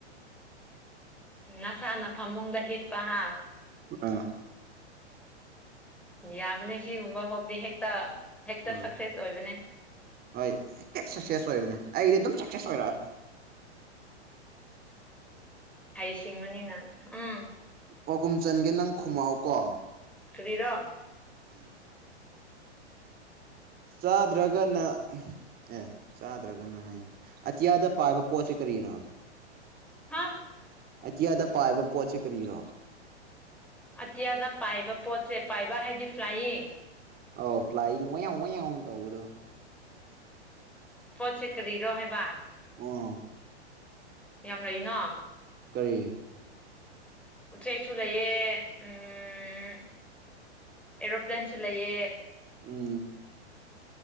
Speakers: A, in the centre; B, on the right.
A: ꯅꯁꯥꯅ ꯐꯃꯨꯡꯗ ꯍꯤꯄ ꯑꯥ
B: ꯑ
A: ꯌꯥꯕꯅꯦ ꯁꯤꯒꯨꯝꯕ ꯍꯣꯞꯇꯦ ꯍꯦꯛꯇ ꯍꯦꯛꯇ
B: ꯎꯝ
A: ꯁꯛꯁꯦꯁ ꯑꯣꯏꯕꯅꯦ
B: ꯍꯣꯏ ꯁꯛꯁꯦꯁ ꯑꯣꯏ ꯑ ꯑꯗꯨ ꯆ ꯁꯦꯁ ꯑꯣꯏꯔ
A: ꯍꯩꯁꯤꯡꯕꯅꯤꯅ ꯎꯝ
B: ꯄꯥꯎꯈꯨꯝ ꯆꯟꯒꯦ ꯅꯪ ꯈꯨꯝꯃꯛꯑꯣ ꯀꯣ
A: ꯀꯔꯤꯔꯣ
B: <unintelligible> ꯆꯥꯗ꯭ꯔꯒꯅ ꯑꯦ ꯆꯥꯗ꯭ꯔꯒꯅ ꯍꯥꯏꯌꯦ ꯑꯇꯤꯌꯥꯗ ꯄꯥꯏꯕ ꯄꯣꯠꯁꯦ ꯀꯔꯤꯔꯣ
A: ꯍꯥ
B: ꯑꯇꯤꯌꯥꯗ ꯄꯥꯏꯕ ꯄꯣꯠꯁꯦ ꯀꯔꯤꯔꯣ
A: ꯑꯇꯤꯌꯥꯗ ꯄꯥꯏꯕ ꯄꯣꯠꯁꯦ ꯄꯥꯏꯕ ꯍꯥꯏꯗꯤ ꯐ꯭ꯂꯥꯏꯌꯤꯡ
B: ꯑ ꯐ꯭ꯂꯥꯏ <unintelligible> ꯇꯧꯗꯣ
A: ꯄꯣꯠꯁꯦ ꯀꯔꯤꯔꯣ ꯍꯥꯏꯕ
B: ꯑꯣ
A: ꯌꯥꯝ ꯂꯩꯅ
B: ꯀꯔꯤ
A: ꯎꯆꯦꯛꯁꯨ ꯂꯩꯌꯦ ꯎꯝ ꯑꯦꯔꯣ ꯄ꯭ꯂ꯭ꯂꯟꯁ ꯂꯩꯌꯦꯦ
B: ꯎꯝ